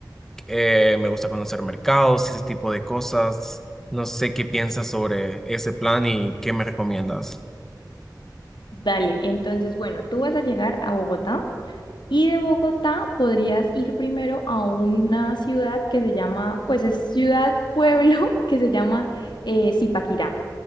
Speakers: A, in the centre; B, on the left.
A: Eh, me gusta conocer mercados y ese tipo de cosas. No sé qué piensas sobre ese plan y qué me recomiendas.
B: Dale, entonces, bueno, tú vas a llegar a Bogotá y de Bogotá podrías ir primero a una ciudad que se llama, pues es ciudad, pueblo, <laughs> que se llama eh, Zipaquirá.